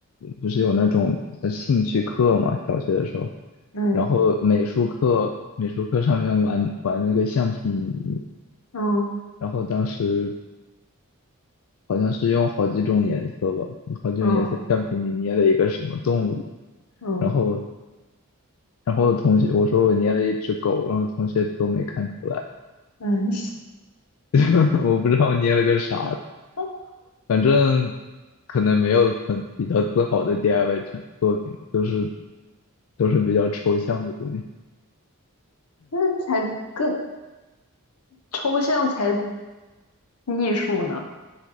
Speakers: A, on the left; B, on the left.
A: 不是有那种呃兴趣课嘛，小学的时候，
B: 嗯
A: 然后美术课，美术课上面玩玩那个橡皮泥，
B: 嗯
A: 然后当时好像是用好几种颜色吧，好几种颜色橡皮泥捏了一个什么动物，
B: 嗯嗯
A: 然后然后同学我说我捏了一只狗，然后同学都没看出来，
B: 嗯，
A: <laughs> 我不知道我捏了个啥
B: <laughs>
A: 反正可能没有很比较自豪的 DIY 成作品了，都是都是比较抽象的东西，
B: 那才更抽象才艺术呢。